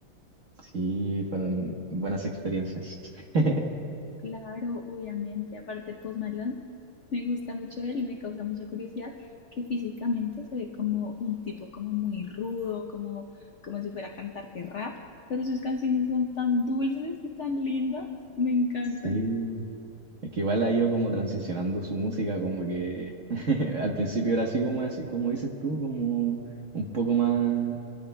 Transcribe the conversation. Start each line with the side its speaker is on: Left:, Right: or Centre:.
Right: sí, fueron buenas experiencias. <laughs>
Left: claro, obviamente. Aparte, Post Malone me gusta mucho de él y me causa mucha curiosidad que físicamente se ve como un tipo como muy rudo, como, como si fuera a cantarte rap, pero sus canciones son tan dulces y tan lindas, me encantan.
Right: Sí, es que igual ha ido como transicionando su música, como que <laughs> al principio era así como, así como dices tú, como un poco más,